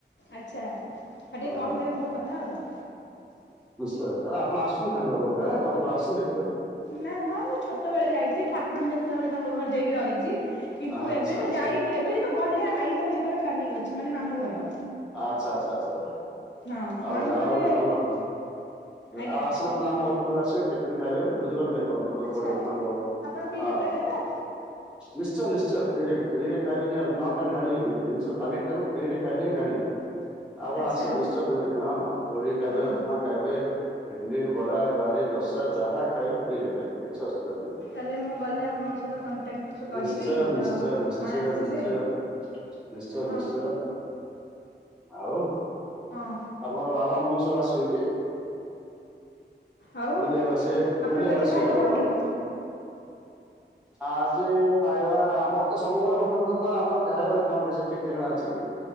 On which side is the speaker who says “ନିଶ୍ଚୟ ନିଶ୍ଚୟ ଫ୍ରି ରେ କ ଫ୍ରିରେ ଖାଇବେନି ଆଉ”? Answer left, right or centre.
Centre